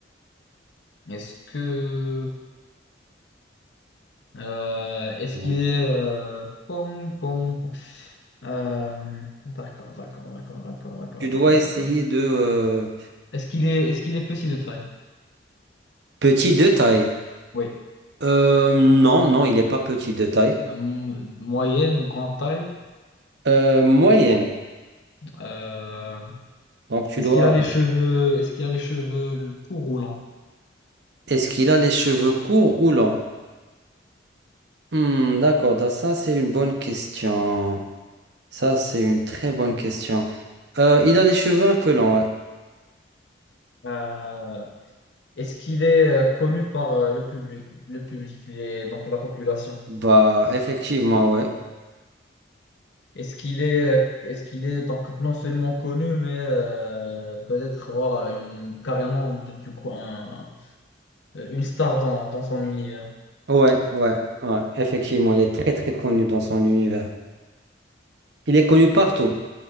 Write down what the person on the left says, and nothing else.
est-ce que Euh, est-ce
qu'il est... euh, pom, pom, pom. Euh, d'accord, d'accord, d'accord, d'accord, d'accord,
d'accord,
d'accord.
Est-ce qu'il est, est-ce qu'il est petit de taille?
Oui.
M- moyenne ou grande taille?
Euh,
est-ce
qu'il a les cheveux, est-ce qu'il a les cheveux courts ou longs?
Euh, est-ce qu'il est euh, connu par euh, le public, le public, les- donc la population?
Est-ce qu'il est, est-ce qu'il est donc non seulement connu, mais euh, peut-être voilà, une, carrément de- du coup, un- euh, une star dans, dans son univers.